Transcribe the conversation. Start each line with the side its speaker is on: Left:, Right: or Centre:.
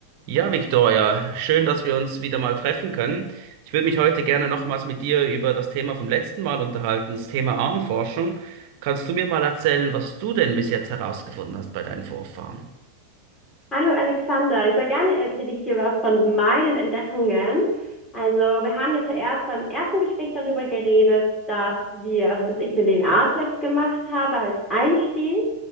Right: Ja, Victoria, schön, dass wir uns wieder mal treffen können. Ich würde mich heute gerne nochmals mit dir über das Thema vom letzten Mal unterhalten, das Thema Ahnenforschung. Kannst du mir mal erzählen, was du denn bis jetzt herausgefunden hast bei deinen Vorfahren?
Left: Hallo Alexander, sehr gerne erzähle ich dir was von meinen Entdeckungen. Also wir haben ja zuerst beim ersten Gespräch darüber geredet, dass wir, also dass ich den DNA-Test gemacht habe als Einstieg.